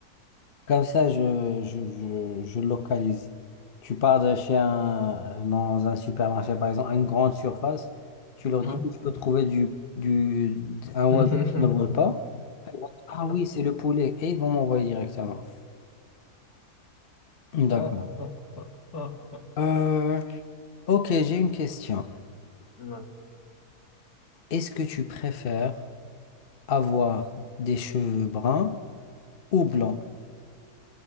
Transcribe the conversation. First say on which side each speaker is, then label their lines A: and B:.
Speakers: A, on the left (about 40°); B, on the left (about 70°).
A: Comme ça, je, je, je, je localise. Tu pars de chez un, dans un supermarché, par exemple, à une grande surface, tu leur
B: non.
A: dis, je peux trouver du, du, un oiseau
B: <laughs>
A: qui ne vole pas. Ils vont dire, Ah oui, c'est le poulet. Et ils vont m'envoyer directement.
B: Ah,
A: D'accord.
B: ah, ah.
A: Euh, ok, j'ai une question.
B: Ouais.
A: Est-ce que tu préfères avoir des cheveux bruns ou blancs?